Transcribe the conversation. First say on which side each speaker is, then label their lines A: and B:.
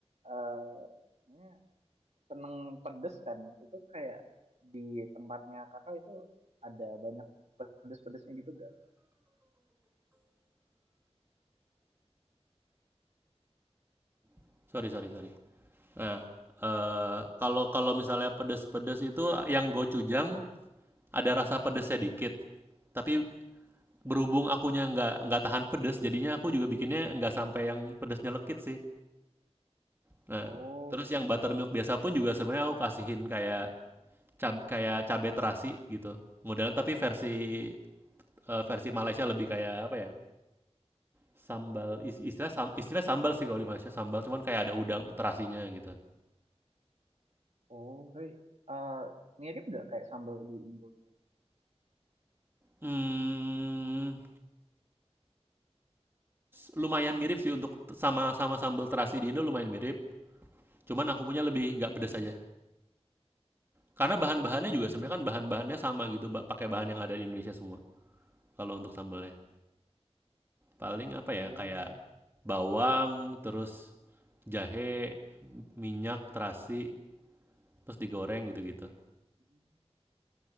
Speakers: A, on the right; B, on the right.
A: eh, ya, seneng pedes kan. Itu kayak di tempatnya kakak itu ada banyak pedes-pedesnya gitu gak?
B: <laughs> sorry, sorry, sorry. Nah, eee, kalau kalau misalnya pedes-pedes itu yang gochujang ada rasa pedesnya dikit. Tapi berhubung akunya nggak nggak tahan pedes, jadinya aku juga bikinnya nggak sampai yang pedesnya lekit sih. Nah,
A: Oh,
B: terus yang buttermilk biasa pun juga sebenarnya aku kasihin kayak cab kayak cabe terasi gitu. Modelnya tapi versi, eee, versi Malaysia lebih kayak apa ya, sambal istilah sam istilah sambal sih kalau di Malaysia, sambal cuman kayak ada udang terasinya gitu.
A: oh, tapi eh, mirip gak kayak sambal di Indo gitu?
B: Mmm. lumayan mirip sih untuk sama-sama sambal terasi di Indo lumayan mirip. Cuman aku punya lebih
A: Hmm,
B: nggak pedes aja. Karena bahan-bahannya
A: hmm,
B: juga sebenarnya kan bahan-bahannya sama gitu, pakai bahan yang ada di Indonesia semua. Kalau untuk sambalnya paling apa ya
A: oh
B: kayak
A: iya.
B: bawang, terus jahe, minyak, terasi, terus digoreng gitu-gitu.
A: Hmm,